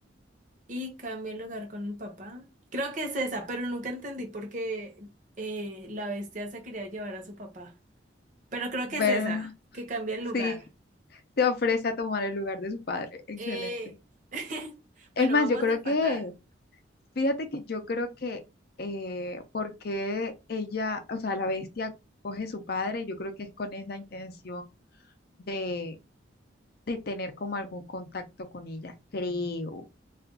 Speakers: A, on the right; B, on the left.
A: Y cambié el lugar con el papá. Creo que es esa, pero nunca entendí por qué eh, la bestia se quería llevar a su papá. Pero creo
B: Bueno,
A: que es esa, que cambia el
B: sí,
A: lugar.
B: se ofrece a tomar el lugar de su padre. Excelente.
A: Eh, <laughs> bueno,
B: Es más,
A: vamos
B: yo creo
A: empatadas.
B: que, fíjate que yo creo que eh, porque ella, o sea, la bestia coge su padre, yo creo que es con esa intención de, de tener como algún contacto con ella, creo,